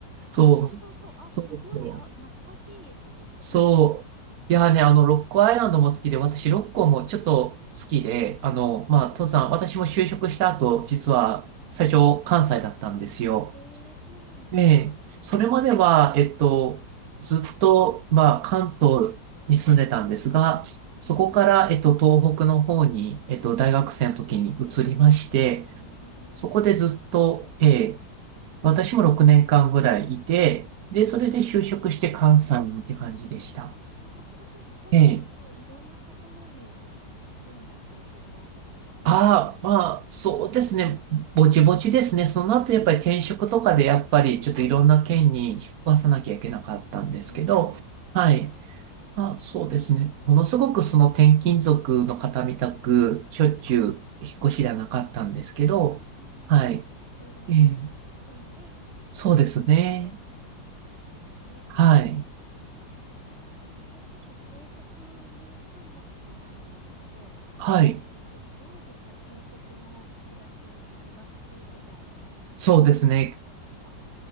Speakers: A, on the right (about 60°); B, on the right (about 35°).
A: そう、
B: あ、そうそうそう。
A: そうそう。
B: あ、すごい。あ、懐かしい、すごく。
A: そう。
B: <laughs>
A: いやね、あの、ロッコアイランドも好きで、私、ロッコもちょっと好きで、
B: うん。
A: あの、まあ、
B: えー、
A: 登山、私も就職した後、実は、
B: うん
A: 最初、関西だったんですよ。
B: えー、そうなんですか。
A: ええ、それまでは、えっと、ずっと、まあ、関東に住んでたんですが、
B: うん。
A: そこから、
B: うーん。
A: えっと、東北の方に、えっと、大学生の時に移りまして、
B: うーん。
A: そこでずっと、ええ、私も6年間ぐらいいて、で、それで就職して関西にって感じでした。
B: えーああ、そうなんだ。じゃあ結構いろんなところにお、
A: ええ、
B: あの、住んだ経験があるんですね。
A: ああ、
B: い、
A: まあ、そうですね、ぼちぼちですね。その後、
B: うん、
A: やっぱり転職とかで、やっぱり、ちょっといろんな県に引っ越さなきゃいけなかったんですけど、
B: うん、うん、
A: はい。
B: うん。
A: あ、そうですね。
B: へえ、
A: ものすごくその転勤族の方みたく、しょっちゅう引っ越しではなかったんですけど、
B: うん、うん。
A: はい。
B: 数年住んで、
A: ええ、
B: 次のところって感じだったんですね。
A: そうですね。はい。
B: えー、なんか私、それこそ東北に住んだことないんですけど、
A: はい。
B: あの、ど、どうでした東北の暮らし、あの、学生時代は。
A: そうですね。
B: 楽しかったですか